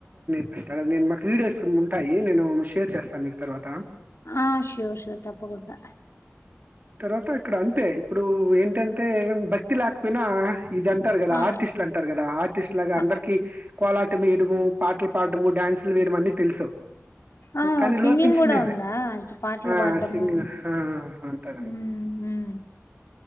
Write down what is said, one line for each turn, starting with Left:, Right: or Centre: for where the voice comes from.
Right: వస్త నేను మాకు వీడియోస్ ఉంటాయి నేను షేర్ చేస్తాను మీకు తర్వాత
Left: ఆ షూర్ షూర్ తప్పకుండా
Right: తర్వాత ఇక్కడ అంతే ఇప్పుడు ఏంటంటే భక్తి లేకపోయినా ఇద ఉంటారు కదా
Left: ఆ
Right: ఆర్టిస్ట్లు అంటారు కదా ఆర్టిస్ట్ లాగా
Left: ఆ
Right: అందరికి కోలాటం వేయడము పాటలు పాడము డ్యాన్సులు వేయడ అన్ని తెలుసు
Left: ఆ
Right: కానీ
Left: సింగింగ్
Right: లోపించిన
Left: కూడా ఉందా ఇ పాటలు
Right: ఆ
Left: పాడటము
Right: సింగ ఆ అంటారు
Left: హమ్ హమ్